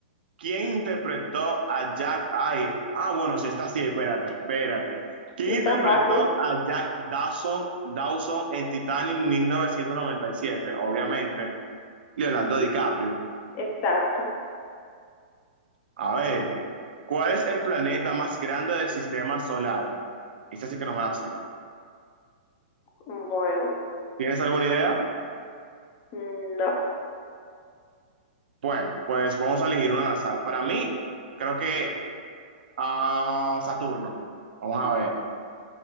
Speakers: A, on the right (about 75°); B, on the left (about 35°).
A: ¿quién interpretó a Jack? Ay, ah, bueno, sí, está sí, espérate, espérate. ¿Quién
B: Está
A: interpretó
B: fácil.
A: a Jack Dawson, Dawson en Titanic 1997? Obviamente, Leonardo DiCaprio.
B: Exacto.
A: A ver, ¿cuál es el planeta más grande del sistema solar? Esa sí que no me la sé.
B: Bueno,
A: ¿Tienes alguna idea?
B: no.
A: Bueno, pues vamos a elegir una al azar. Para mí, creo que ah, Saturno. Vamos a ver.